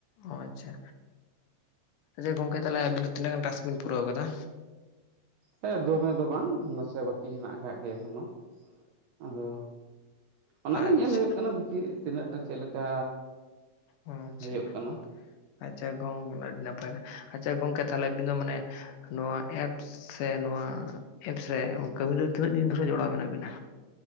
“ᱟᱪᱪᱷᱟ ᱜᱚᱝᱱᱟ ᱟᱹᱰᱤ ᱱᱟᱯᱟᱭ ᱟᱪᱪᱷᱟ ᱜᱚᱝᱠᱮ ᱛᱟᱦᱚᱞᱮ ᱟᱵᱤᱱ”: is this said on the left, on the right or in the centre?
Left